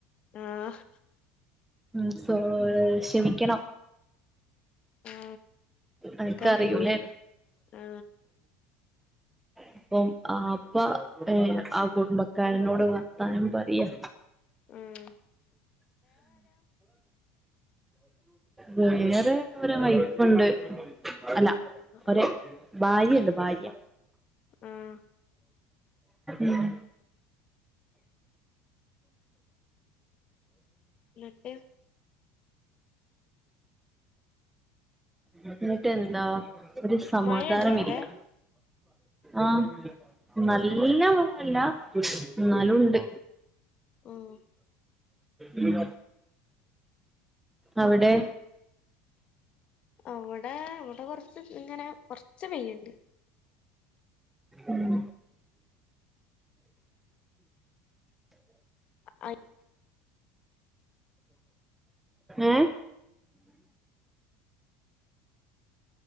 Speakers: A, on the left; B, in the centre.
A: ആഹ്
B: ഉം സോ ക്ഷമിക്കണം
A: ആ
B: അനിക്കറിയൂല്ലേ
A: കറിയൂലേ ആ
B: അപ്പം ആപ്പ ഏ ആ കുടുംബക്കാരനോട് വർത്താനം പറയാ
A: ഉം
B: വേറെ ഒരു <unintelligible> ണ്ട് അല്ലാ ഒര്
A: ആ
B: ഭാര്യയ്ണ്ട് ഭാര്യ
A: ആഹ്
B: ഉം
A: എന്നിട്ട്
B: ഇന്നിട്ടെന്താ ഒരു സമാധാനം
A: മഴയുണ്ടോ അവിടെ
B: ഇല്ലാ ആഹ് നല്ല
A: ആ
B: മഴല്ലാ ഇന്നാലുണ്ട്
A: ആ
B: ഉം അവിടെ?
A: അവടെ ഇവിടെ കൊറച്ച് ഇങ്ങനെ കൊറച്ച് പെയ്യ്ണ്ട്
B: ഉം
A: <unintelligible>
B: ഏഹ്